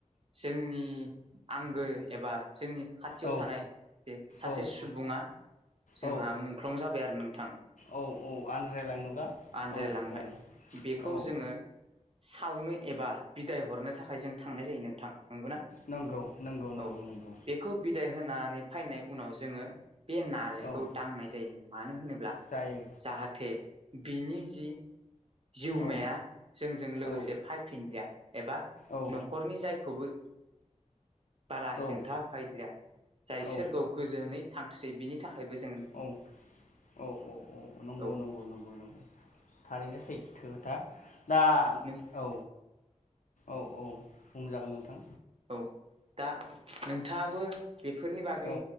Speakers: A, on the right (about 50°); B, on the left (about 85°).
A: जोंनि आंगो एबा जोंनि खाथियाव
B: औ
A: थानाय जे सासे
B: औ
A: सुबुङा जोंहा
B: औ
A: मुंख्लं जाबाय आरो नोंथां
B: औ औ आनज्रायलाङोबा
A: आनजायलांबाय
B: औ औ
A: बेखौ
B: औ
A: जोङो सावनो एबा बिदाय हरनो थाखाय जों थांनाय जायो नोंथां नंगौना
B: नंगौ नंगौ नंगौ
A: औ
B: नंगौ
A: बेखौ बिदाय होनानै फैनाय उनाव जोङो बे नारजिखौ
B: औ
A: दांनाय जायो मानो होनोब्ला
B: जायो
A: जाहाथे बिनि जि जिउमाया
B: औ
A: जोंजों लोगोसे
B: औ
A: फायफिनलिया एबा
B: औ
A: न'खरनि जायखौबो बारा हेंथा
B: औ
A: होफैलिया जाय
B: औ
A: सोरगखौ गोजोनै थांथसै बिनि थाखायबो जो-
B: औ औ औ औ नंगौ
A: औ
B: नंगौ नंगौ नंगौ थारैनो सैथो आथा दा
A: नों
B: औ औ औ बुंजागोन नोंथां
A: औ दा नोंथाङाबो बेफोरनि बागै
B: औ